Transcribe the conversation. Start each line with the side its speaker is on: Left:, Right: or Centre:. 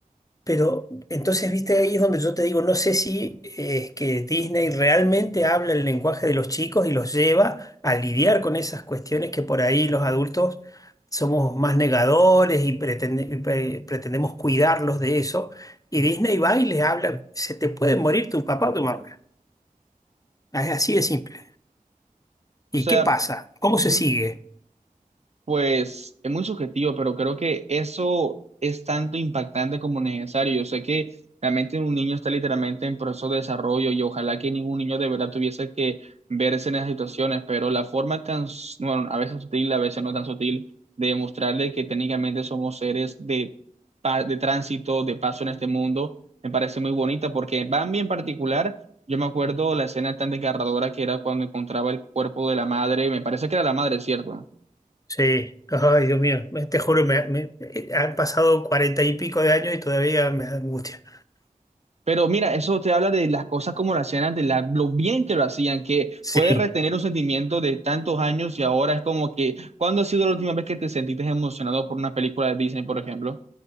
Left: Pero entonces, viste, ahí es donde yo te digo, no sé si eh, es que Disney realmente habla el lenguaje de los chicos y los lleva a lidiar con esas cuestiones que por ahí los adultos somos más negadores y, pretende- y pre- pretendemos cuidarlos de eso. Y Disney va y les habla, se te puede morir tu papá o tu mamá. Es así de simple. ¿Y
Right: O sea,
Left: qué pasa? ¿Cómo se
Right: ujú.
Left: sigue?
Right: Pues es muy subjetivo, pero creo que eso es tanto impactante como necesario. Yo sé que realmente un niño está literalmente en proceso de desarrollo y ojalá que ningún niño de verdad tuviese que verse en esas situaciones, pero la forma tan, s- bueno, a veces sutil, a veces no tan sutil, de demostrarle que técnicamente somos seres de, pa- de tránsito, de paso en este mundo, me parece muy bonita porque Bambi en particular. Yo me acuerdo la escena tan desgarradora que era cuando encontraba el cuerpo de la madre, me parece que era la madre, ¿cierto?
Left: Sí, ay, Dios mío, me- te juro, me, me- eh, han pasado cuarenta y pico de años y todavía me da angustia.
Right: Pero mira, eso te habla de las cosas como las hacían antes, la- lo bien que lo hacían, que
Left: Sí,
Right: puedes retener un sentimiento de tantos años y ahora es como que, ¿cuándo ha sido la última vez que te sentiste emocionado por una película de Disney, por ejemplo?